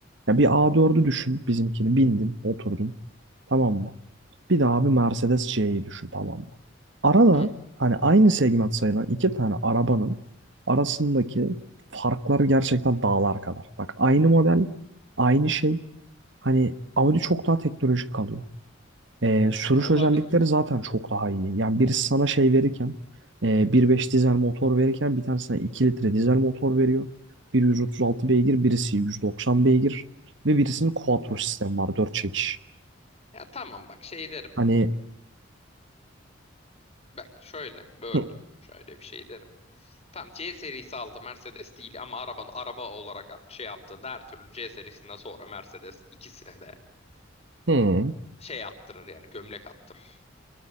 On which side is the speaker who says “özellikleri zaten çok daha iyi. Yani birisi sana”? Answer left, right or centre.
Right